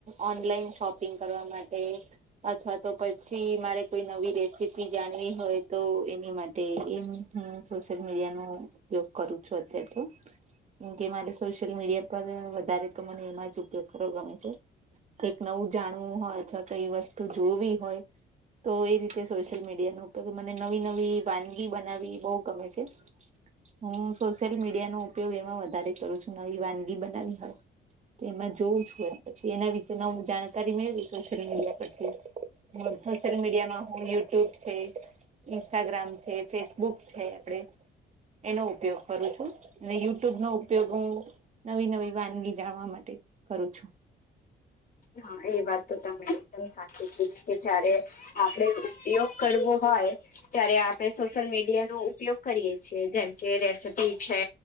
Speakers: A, on the right; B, on the left.
A: ઓનલાઈન શોપિંગ કરવા માટે અથવા તો પછી મારે કોઈ નવી રેસીપી જાણવી હોય તો એની માટે એમ હ સોશિયલ મીડિયા નો ઉપયોગ કરું છું અત્ય્યારે તો. કેમ કે મારે સોશિયલ મીડિયા પર વધારે તો મને એમાં જ ઉપયોગ કરો ગમે છે. કઈક નવું જાણવું હોય અથવા કઈ વસ્તુ જોવી હોય. તો એ રીતે સોશિયલ મીડિયાનો ઉપયોગ મને નવી નવી વાનગી બનાવી બહુ ગમે છે. હું સોશિયલ મીડિયા <unintelligible> ઉપયોગ એમાં વધારે કરું છું નવી વાનગી બનાવી હોય. તો એમાં જોઉું છું એ પછી એના વિશે હું જાણકારી મેળવી સોશિયલ મીડિયા પરથી. હું સોશિયલ મીડિયામાં હું યુટ્યુબ છે. ઇન્સ્ટાગ્રામ છે, ફેસબુક છે, આપડે એનો ઉપયોગ કરું છું. અને યુટ્યુબ નો ઉપયોગ હું નવી નવી વાનગી જાણવા માટે કરું છું.
B: હા એ વાત તો તમે એકદમ સાચી કીધી કે જારે આપડે ઉપયોગ કરવો હોય ત્યારે આપણે સોશિયલ મીડિયા <unintelligible> ઉપયોગ કરીયે છીએ જેમ કે રેસીપી છે,